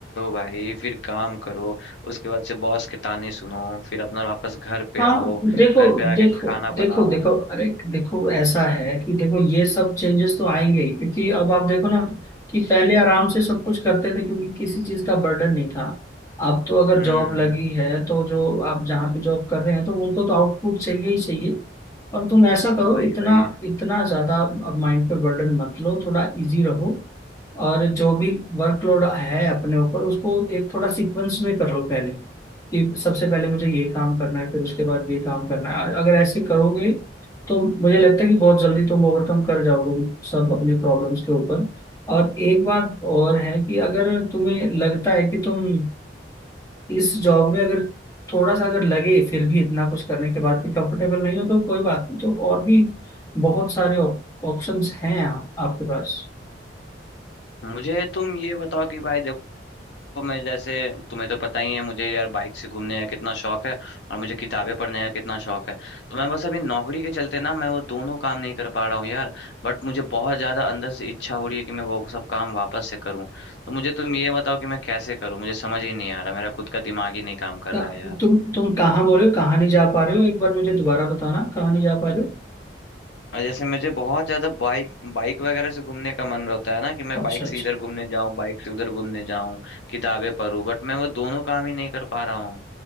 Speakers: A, on the left; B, on the left.
A: भाई फिर काम करो उसके बाद से बॉस के ताने सुनो फिर अपना वापस घर पे
B: हाँ
A: आओ
B: देखो
A: घर पे आके
B: देखो
A: खाना
B: देखो
A: बनाओ
B: देखो अरे देखो ऐसा है कि देखो ये सब चेंजेस तो आएंगे ही क्योंकि अब आप देखो ना कि पहले आराम से सब कुछ करते थे क्योंकि किसी चीज का बर्डन नहीं था अब तो अगर
A: हम्म
B: जॉब लगी है तो जो आप जहाँ पे जॉब कर रहे हैं तो उनको तो आउटपुट चाहिए ही चाहिए और तुम ऐसा करो
A: वही
B: इतना
A: वही
B: इतना ज्यादा अब माइंड पे बर्डन मत लो थोड़ा इजी रहो और जो भी वर्कलोड है अपने ऊपर उसको एक थोड़ा सीक्वेंस में कर लो पहले कि सबसे पहले मुझे ये काम करना है फिर उसके बाद ये काम करना है अगर ऐसे करोगे तो मुझे लगता है कि बहुत जल्दी तुम ओवरकम कर जाओगे उन सब अपनी प्रॉब्लम्स के ऊपर और एक बात और है कि अगर तुम्हें लगता है कि तुम इस जॉब में अगर थोड़ा सा अगर लगे फिर भी इतना कुछ करने के बाद कि कंफर्टेबल नहीं हो तो कोई बात नहीं तो और भी बहुत सारे ऑप्शंस हैं आप, आपके पास
A: मुझे तुम ये बताओ कि भाई देखो तो मैं जैसे तुम्हें तो पता ही है मुझे यार बाइक से घूमने का कितना शौक है और मुझे किताबें पढ़ने का कितना शौक है तो मैं बस अभी नौकरी के चलते ना मैं वो दोनों काम नहीं कर पा रहा हूँ यार बट मुझे बहुत ज्यादा अंदर से इच्छा हो रही है कि मैं वो सब काम वापस से करूँ तो मुझे तुम ये बताओ कि मैं कैसे करूँ मुझे समझ ही नहीं आ रहा मेरा खुद का दिमाग ही नहीं काम कर
B: क्या-
A: रहा है यार
B: तुम तुम कहाँ बोल रहे हो कहाँ नहीं जा पा रहे हो एक बार मुझे दोबारा बताना कहाँ नहीं जा पा रहे
A: और जैसे मुझे बहुत ज्यादा बाइक बाइक वगैरह से घूमने का मन रहता है ना कि मैं
B: हो अच्छा
A: बाइक
B: अच्छा
A: से इधर घूमने जाऊं बाइक से उधर घूमने जाऊं किताबें पढूं बट मैं वो दोनों काम ही नहीं कर पा रहा हूँ